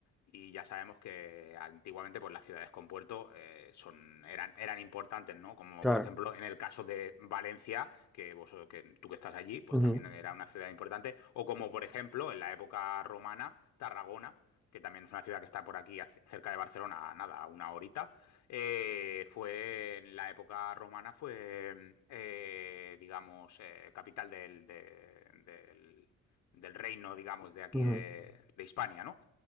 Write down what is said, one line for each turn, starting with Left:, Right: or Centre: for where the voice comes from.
Left: y ya sabemos que antiguamente pues, las ciudades con puerto eh, son, eran, eran importantes, ¿no? Como
Centre: claro.
Left: por ejemplo en el caso de Valencia, que, vos, que tú que estás allí, pues
Centre: Ujú,
Left: también era una ciudad importante. O como por ejemplo en la época romana, Tarragona, que también es una ciudad que está por aquí, ac- cerca de Barcelona, nada, a una horita. eh, fue en la época romana, fue, eh, digamos, eh, capital del, de- del, del reino, digamos, de aquí
Centre: ujú.
Left: de, de Hispania, ¿no?